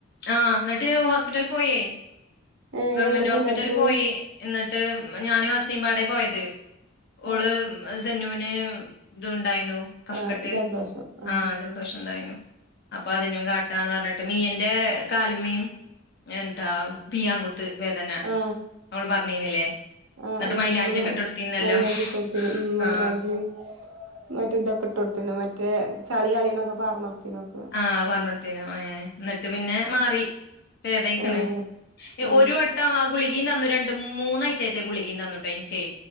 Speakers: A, on the left; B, on the right.
A: ആഹ് എന്നിട്ട് ഹോസ്പിറ്റലിൽ പോയേ
B: ഏ
A: ഗവൺമെന്റ്
B: എവിടെ പൂന്താനത്ത്
A: ഹോസ്പിറ്റൽ
B: പോവ
A: പോയി എന്നിട്ട് ഞാനും ആസ്നീമ്പാടെ പോയത് ഓള്
B: ആ
A: സെന്നൂനെ ഇത് ഉണ്ടായിരുന്നു കഫ്കട്ട്
B: ആ ജലദോഷം ആ
A: ആഹ് ജലദോഷം ഉണ്ടായിനു അപ്പൊ അതിനും കാട്ടാന്ന് പറഞ്ഞിട്ട് മീയന്റെ കാലിമീൻ എന്താ പിയാങ്കുത്ത് വേദന
B: ആ
A: അവള് പറഞ്ഞിനില്ലേ
B: ആ
A: എന്നിട്ട്
B: ആ
A: മൈലാഞ്ചൊക്കെ
B: ഓള്
A: ഇട്ട കൊടുത്തിന്നല്ലോ
B: മൈലാഞ്ചി ഇട്ടോട്ത്തീനു ഉം മൈലാഞ്ചിയും
A: ആഹ്
B: മറ്റേ ഇതൊക്കെ ഇട്ട് കൊടുത്തിന് മറ്റേ ചളി കളനൊക്കെ പാർന്നടുത്തിനൊക്കെ
A: ആഹ് പാർന്നോടുത്തേനു ഏഹ് എന്നിട്ട് പിന്നെ മാറി വെദക്കണ്
B: ആ ഏ
A: ഒരു വട്ടം ആ ഗുളികീയും തന്നു രണ്ട് മൂന്നായിട്ടായിട്ട ഗുളികയും തന്നുട്ടോ എനിക്കേ